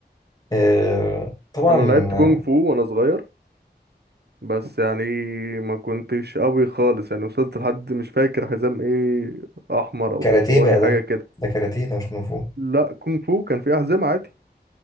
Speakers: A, on the left; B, on the right.
A: آه، طبعا
B: انا لعبت كونغ فو وانا صغير بس يعني ما كنتش قوي خالص يعني وصلت لحد مش فاكر حزام ايه احمر او
A: كاراتيه
B: برتقاني
A: بقى ده
B: حاجه كده
A: ده كاراتيه ده مش كونغ فو
B: لا كونغ فو كان في أحزمة عادي